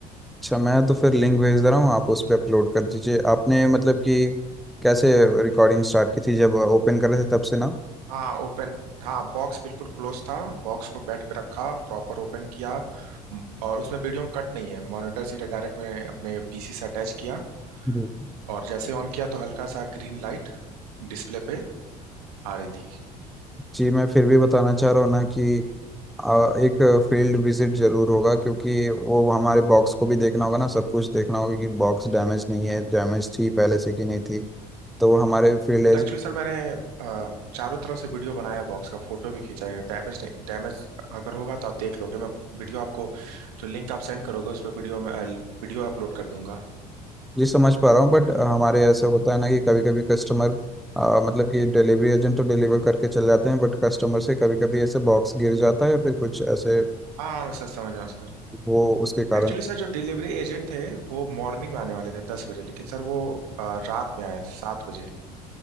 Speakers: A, in the centre; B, on the right (about 65°).
A: अच्छा मैं तो फिर लिंक भेज दे रहा हूँ आप उस पर अपलोड कर दीजिए आपने मतलब कि कैसे रिकॉर्डिंग स्टार्ट की थी जब ओपन कर रहे थे तब से ना
B: हाँ ओपन हाँ बॉक्स बिल्कुल क्लोज था बॉक्स को बेड पे रखा प्रॉपर ओपन किया म- और उसमें वीडियो कट नहीं है मॉनिटर सीधा डायरेक्ट मैंने अपने पीसी से अटैच किया
A: जी।
B: और जैसे ऑन किया तो हल्का सा ग्रीन लाइट डिस्प्ले पे आ रही थी
A: जी मैं फिर भी बताना चाह रहा हूँ ना कि आ, एक फील्ड विजिट जरूर होगा क्योंकि वो हमारे बॉक्स को भी देखना होगा ना सब कुछ देखना होगा कि बॉक्स डैमेज नहीं है डैमेज थी पहले से कि नहीं थी तो वो हमारे फील्ड एज
B: तो एक्चुअली सर मैंने अ, चारों तरफ से वीडियो बनाया बॉक्स का फोटो भी खींचा है डैमेज नहीं डैमेज अगर होगा तो आप देख लोगे मैं वीडियो आपको जो लिंक आप सेंड करोगे उस पर वीडियो में वीडियो अपलोड कर दूंगा
A: जी समझ पा रहा हूँ बट हमारे ऐसे होता है ना कि कभी कभी कस्टमर मतलब कि डिलीवरी एजेंट तो डिलीवर करके चले जाते हैं बट कस्टमर से कभी कभी ऐसे बॉक्स गिर जाता है या फिर कुछ ऐसे
B: हाँ मैं सर समझ रहा हूँ समझ
A: वो उसके कारण
B: एक्चुअली सर जो डिलीवरी एजेंट थे वो मॉर्निंग में आने वाले थे दस बजे लेकिन सर वो अ, रात में आए सात बजे